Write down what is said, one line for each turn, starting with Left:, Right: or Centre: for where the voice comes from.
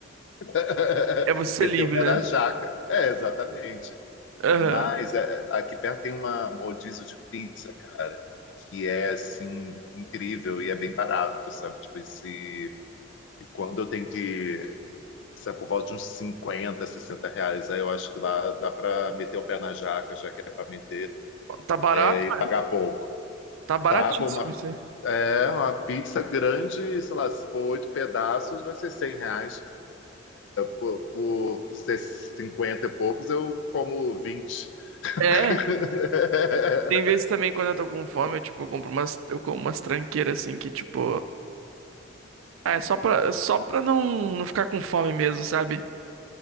Left: <laughs>
Right: é você
Left: Meteu
Right: livre,
Left: o pé da
Right: né?
Left: jaca. É, exatamente.
Right: Aham.
Left: Mas é, aqui perto tem uma- um rodízio de pizza, cara, que é assim incrível e é bem barato, sabe? Tipo, esse, quando eu tenho que, sabe, por volta de uns 50, 60 reais, aí eu acho que lá dá pra meter o pé na jaca, já que é pra meter,
Right: Tá barato?
Left: é, e pagar pouco.
Right: Tá baratíssimo
Left: Tá, pô, uma,
Right: isso aí.
Left: é, uma pizza grande, sei lá, se for oito pedaços, vai ser 100 reais. por, por ser 50 e poucos, eu como vinte <laughs>
Right: É, tem vezes também quando eu tô com fome, eu, tipo, eu compro umas, eu como umas tranqueiras assim que, tipo, ah, é só pra, é só pra não, não ficar com fome mesmo, sabe?